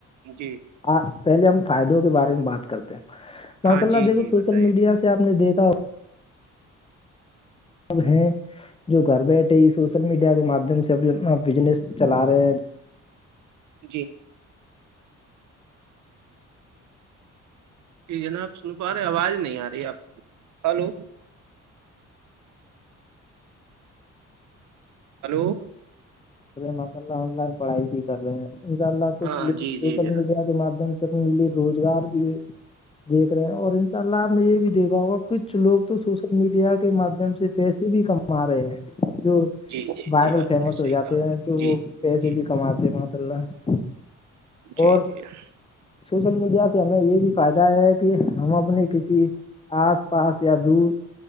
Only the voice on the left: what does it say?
آ پہلے ہم فائدوں کے بارے میں بات کرتے ہیں ماشاء
اللہ
دیکھو
سوشل
میڈیا سے سے آ نے دیکھا ہو س ہیں جو گھر بیٹھے ہی سوشل میڈیا کے مادھیم سے ا اپ بجنس چلا رہے ہیں
ماشاء اللہ آن لائن پڑھائی بھی کر رہے ہیں ان شاء اللہ کچھ
لوگ
سوشل
میڈیا کے ماددھیم سے سنے لیے روزگار بھی دیکھ رہے ہیں اور ان شاء اللہ آپ نے یہ بھی دیکھا ہوگا کچھ لوگ تو سوشل میڈیا کے مادھیم سے پیسے بھی کما مارے جو
وائرل
فیمس
ہو
ہیں
تو
وہ پیسے
بھی کماتے ہیں ماشاء اللہ
اور
سوشل میڈیا سے ہمیں یہ بھی فائدہ ہے کہ ہم اپنی کسی آس پاس یا دور